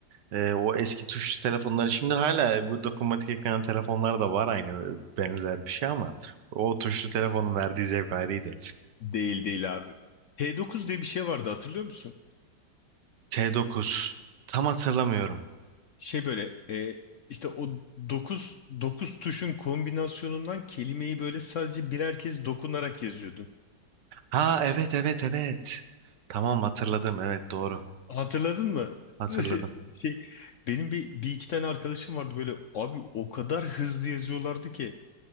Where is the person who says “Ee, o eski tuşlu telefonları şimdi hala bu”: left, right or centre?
Right